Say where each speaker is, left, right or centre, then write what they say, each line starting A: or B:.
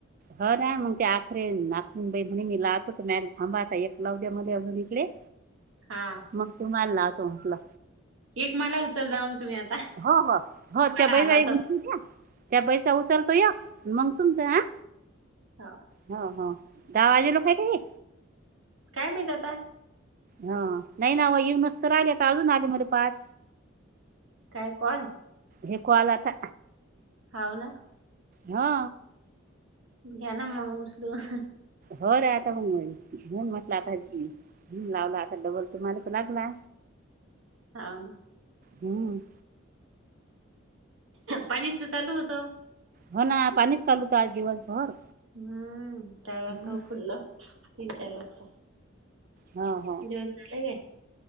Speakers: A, on the right; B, on the right.
A: ह ना मग ते आखरे नाखरन बाई म्हणे मी लावतो मॅम थांबाता एक लवज्या मले अजून इकडे.
B: हा.
A: मग तुम्हाला लाहवतो म्हटलं.
B: एक मला उचल जा मग तुम्ही आता.
A: हो-हो-हो
B: मला
A: त्या बाई
B: आला
A: जा एक
B: तर
A: उचलू द्या. त्या बाईस उचलतो या मग तुमच हा.
B: हाव.
A: हो-हो दहा वाजेलो हा का हे?
B: काय माहित आता.
A: हा नाही नाव येऊनच तर राहिले अजून आले मले पाच.
B: काय कोण?
A: हे कॉल आता.
B: हाव ना.
A: हा.
B: घ्यानां मंग उसलून.
A: हो रे आता मंग म्हणून म्हटला आता म्हणून लावला आता डबल मला तर लागला.
B: हाव ना,
A: हम्म
B: पाणीस तर चालू होतं.
A: हो ना पाणीच चालू होतं आज दिवसभर.
B: हू... चार वाजता
A: हम्म,
B: खुल्लं तीन-चार वाजता,
A: हा. हां.
B: जेवण झालंय काय?